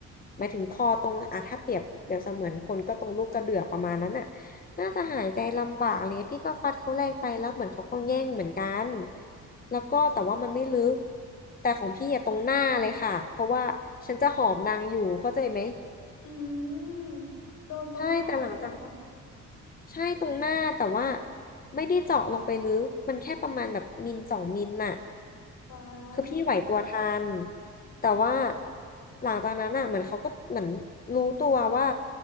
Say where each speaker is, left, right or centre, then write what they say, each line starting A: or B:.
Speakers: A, on the left; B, on the left.
A: หมายถึงคอตรงอ่ะถ้าเปรียบเปรียบเสมือนคนก็ตรงลูกกระเดือกประมาณนั้นน่ะน่าจะหายใจลำบากอะไรเลยพี่ก็ฟัดเขาแรงไปแล้วเหมือนเขาก็แย่งเหมือนกันแล้วก็แต่ว่ามันไม่ลึกแต่ของพี่อะตรงหน้าเลยค่ะเพราะว่าฉันจะหอมนางอยู่เข้าใจไหม
B: อืมโดนตรงหน้าเลยเหรอ
A: ใช่แต่หลังจากใช่ตรงหน้าแต่ว่าไม่ได้เจาะลงไปลึกมันแค่ประมาณแบบมิลสองมิลน่ะ
B: ไว้าย
A: คือพี่ไหวตัวทันแต่ว่าหลังจากนั้นอ่ะเหมือนเขาก็เหมือนรู้ตัวว่า